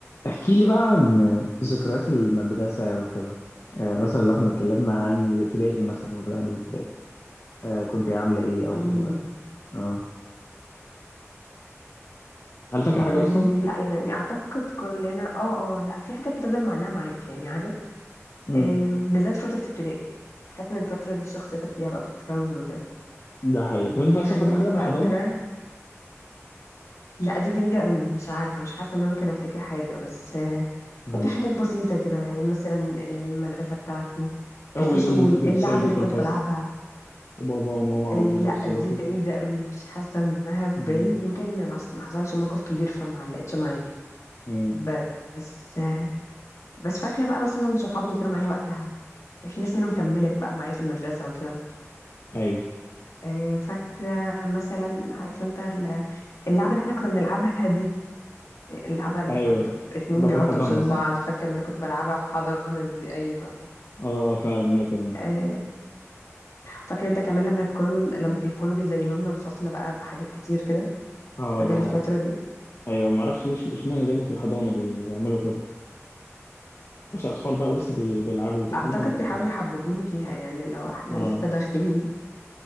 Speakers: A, on the left; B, on the left.
A: احكي لي بقى عن ذكريات المدرسة وكده آه، مثلا لو احنا اتكلمنا عن الابتدائي مثلا لو بدأنا من الابتدائي آه، كنت إيه، عاملة ايه او
B: امم
A: اه هل فاكر حاجة
B: يعني
A: أصلا؟
B: لا يعني اعتقد كلنا اه اه لا في حاجات بتفضل معلقه معاك يعني عارف
A: مم.
B: آم، بالذات فتره ابتدائي تحس ان الفتره دي شخصيتك فيها بقى بتتكون وكده
A: ده حقيقي طب أنت
B: يعني
A: أصلا فاكر حاجة
B: فاكره
A: من الحضانة؟
B: لا دي بعيده قوي مش عارفه مش حاسه ان انا ممكن افتكر حاجه بس آه،
A: مم.
B: ممكن حاجات بسيطه كده يعني مثلا المدرسه بتاعتي
A: أول
B: الفصول
A: يوم وأنت بتتسابي
B: اللعب اللي
A: في
B: كنت
A: الفصل
B: بلعبها
A: وبابا وماما
B: إيه
A: أو بيوصلوكي
B: لا دي بعيده قوي مش حاسه انها في
A: أمم.
B: بالي يمكن ما ما حصلش موقف كبير فما علقتش معايا
A: مم.
B: بس بس فاكرة بقى مثلا صحابي اللي كانوا معايا وقتها في ناس منهم كملت بقى معايا في المدرسة وكده
A: أيوه
B: آه، فاكرة مثلا عارف انت ال- اللعبة اللي احنا كنا بنلعبها دي اللعبة اللي
A: أيوه
B: كنت اتنين
A: ده
B: بيقعدوا
A: في الحضانة
B: قصاد بعض
A: صح؟
B: فاكرة ان انا كنت بلعبها في حضانة دي ايوه
A: أه فعلا أنا كمان
B: آه، فاكر انت كمان لما يكونوا لما بيكونوا بيزينوا لنا الفصل بقى بحاجات كتير كده
A: أه
B: فجأة
A: ده
B: الفترة
A: حقيقي
B: دي
A: أيوه معرفش ليش إشمعنى دايما في الحضانة بي- بيعملوا كده بس أطفال بقى ولسه بي- بيلعبوا تقريبا
B: اعتقد
A: بقى
B: بيحاولوا يحببوني فيها يعني لو احنا
A: اه
B: لسه داخلين